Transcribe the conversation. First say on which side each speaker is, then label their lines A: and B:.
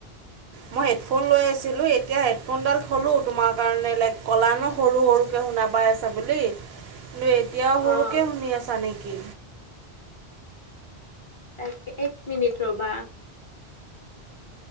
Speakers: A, on the right (about 70°); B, on the left (about 35°).
A: মই হেডফোন লৈ আছিলোঁ এতিয়া হেডফোনডাল থ'লোঁ তোমাৰ কাৰণে লাইক কলা ন সৰু সৰুকৈ শুনা পাই আছা বুলি কিন্তু এতিয়াও সৰুকে
B: অ'
A: শুনি আছা নেকি
B: তাকে এক মিনিট ৰবা